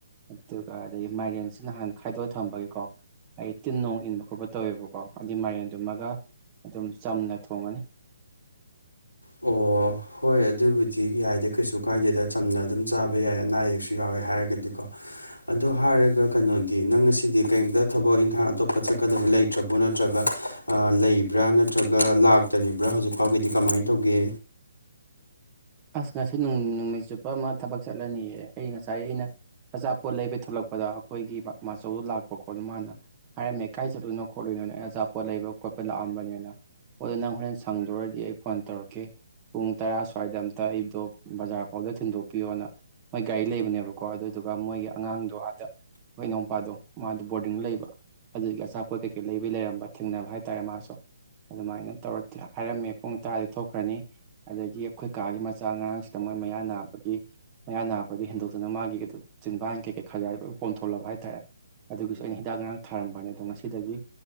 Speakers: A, on the right; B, on the left.
A: ꯑꯗꯨꯒ ꯑꯗꯒꯤ ꯃꯥꯏꯔꯦꯟꯁꯤ ꯅꯍꯥꯟ ꯈꯥꯏꯗꯣꯛꯑ ꯊꯝꯕꯒꯤꯀꯣ ꯑꯩ ꯇꯤꯟ ꯅꯣꯡ ꯏꯟꯕ ꯈꯣꯠꯄ ꯇꯧꯋꯦꯕꯀꯣ ꯑꯗꯨꯏ ꯃꯥꯏꯔꯦꯟꯗꯨꯃꯒ ꯑꯗꯨꯝ ꯆꯝꯅ ꯊꯣꯡꯉꯅꯤ
B: ꯑꯣ ꯍꯣꯏ ꯑꯗꯨꯕꯨꯗꯤ ꯌꯥꯏꯗ ꯀꯩꯁꯨ ꯀꯥꯏꯗꯦꯗ ꯆꯝꯅ ꯑꯗꯨꯝ ꯆꯥꯕ ꯌꯥꯏ ꯑꯅꯥ ꯑꯌꯦꯛꯁꯨ ꯌꯥꯎꯋꯦ ꯍꯥꯏꯔꯒꯗꯤꯀꯣ ꯑꯗꯣ ꯍꯥꯏꯔꯒ ꯀꯩꯅꯣꯗꯤ ꯅꯪ ꯉꯁꯤꯗꯤ ꯀꯔꯤꯝꯇ ꯊꯕꯛ ꯏꯪꯈꯥꯡ ꯑꯇꯣꯞꯄ ꯆꯠꯀꯗꯕ ꯂꯩꯇ꯭ꯔꯕꯣ ꯅꯠꯇ꯭ꯔꯒ ꯂꯩꯕ꯭ꯔꯥ ꯅꯠꯇ꯭ꯔꯒ ꯂꯥꯛꯇꯔꯤꯕ꯭ꯔꯥ ꯍꯧꯖꯤꯛ ꯐꯥꯎꯒꯤꯗꯤ ꯀꯃꯥꯏꯅ ꯇꯧꯒꯦ
A: ꯑꯁ ꯉꯁꯤ ꯅꯨꯃꯤꯠ ꯆꯨꯞꯄ ꯑꯃ ꯊꯕꯛ ꯆꯠꯂꯅꯤꯌꯦ ꯑꯩ ꯉꯁꯥꯏ ꯑꯩꯅ ꯑꯆꯥꯄꯣꯠ ꯂꯩꯕꯩ ꯊꯣꯛꯂꯛꯄꯗꯣ ꯑꯩꯈꯣꯏꯒꯤ ꯃꯥꯆꯧꯗꯣ ꯂꯥꯛꯄꯀꯣ ꯃꯥꯅꯀꯣ ꯍꯥꯏꯔꯝꯃꯦ ꯀꯥꯏ ꯆꯠꯂꯨꯅꯣ ꯈꯣꯠꯂꯨꯢꯅꯣꯅ ꯑꯆꯥꯄꯣꯠ ꯂꯩꯕ ꯈꯣꯠꯄ ꯂꯥꯛꯑꯝꯕꯅꯤꯅ ꯑꯣꯗꯣ ꯅꯪ ꯍꯣꯔꯦꯟ ꯁꯪꯗꯔꯗꯤ ꯑꯩ ꯐꯣꯟ ꯇꯧꯔꯛꯀꯦ ꯄꯨꯡ ꯇꯔꯥ ꯁ꯭ꯋꯥꯏꯗ ꯇ ꯑꯩꯗꯣ ꯕꯖꯥꯔ ꯐꯥꯎꯗ ꯊꯤꯟꯗꯣꯛꯄꯤꯌꯣꯅ ꯃꯣꯏ ꯒꯥꯔꯤ ꯂꯩꯕꯅꯦꯕꯀꯣ ꯑꯗꯨꯗꯨꯒ ꯃꯣꯏꯒꯤ ꯑꯉꯥꯡꯗꯣ ꯑꯥꯗ ꯑꯩꯈ ꯏꯅꯥꯎꯄꯥꯗꯣ ꯃꯥꯗꯣ ꯕꯣꯔꯗꯤꯡ ꯂꯩꯕ ꯑꯗꯨꯒꯤ ꯑꯆꯥꯄꯣꯠ ꯀꯩꯀꯩ ꯂꯩꯕꯩ ꯂꯩꯔꯝꯕ ꯊꯦꯡꯅꯕ ꯍꯥꯏꯇꯥꯔꯦ ꯃꯥꯁꯨ ꯑꯗꯨꯃꯥꯏꯅ ꯇꯧꯔ ꯍꯥꯏꯔꯝꯃꯦ ꯄꯨꯡ ꯇꯔꯥꯗꯩ ꯊꯣꯛꯈ꯭ꯔꯅꯤ ꯑꯗꯒꯤ ꯀꯥꯒꯤ ꯃꯆꯥ ꯉꯥꯔꯥꯡ ꯁꯤꯗ ꯃꯣꯏ ꯃꯌꯥ ꯅꯥꯕꯒꯤ ꯃꯌꯥ ꯅꯥꯕꯗꯩ ꯍꯦꯟꯗꯣꯛꯇꯅ ꯃꯥꯒꯤ ꯑꯗꯨꯝ ꯆꯤꯟꯕꯥꯟ ꯀꯩꯀꯩ ꯈꯖꯏ ꯄꯣꯝꯊꯣꯛꯂꯕ ꯍꯥꯏꯇꯥꯔꯦ ꯑꯗꯨꯒꯤꯁꯨ ꯑꯩꯅ ꯍꯤꯗꯥꯛ ꯉꯔꯥꯡ ꯊꯥꯔꯝꯕꯅꯦ ꯑꯗꯣ ꯉꯁꯤꯗꯒꯤ